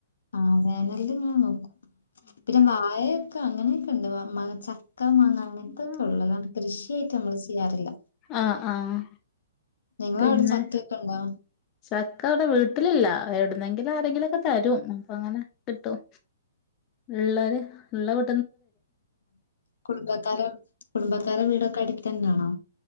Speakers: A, on the left (about 60°); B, on the left (about 25°).
A: ആഹ വേനല് ഇങ്ങനെ നോക്കും പിന്നെ വാായഴൊക്കെ അങ്ങനെയൊക്കെ ഉണ്ട് മച്ച മക്ക മാങ്ങ അങ്ങനത്തൊക്കെ
B: ഉം
A: ഉള്ള അതാണ് കൃഷിയായിട്ട് നമ്മള് ചെയ്യാറില്ല
B: ആഹ് ആഹ്
A: നിങ്ങള
B: പിന്നെ
A: അവിടെ ചക്കയൊക്കെ ഉണ്ടോ
B: ചക്ക അവിടെ വീട്ടിലില്ല എവിടുന്നെങ്കിലും ആരെങ്കിലും ഒക്കെ തരും പ്പം അങ്ങനെ കിട്ടും ഉള്ള ഉള്ള വീ
A: കുടുംബക്കാര കുടുംബക്കാരടെ വീടൊക്കെ അടിത്ത തന്നെയാണോ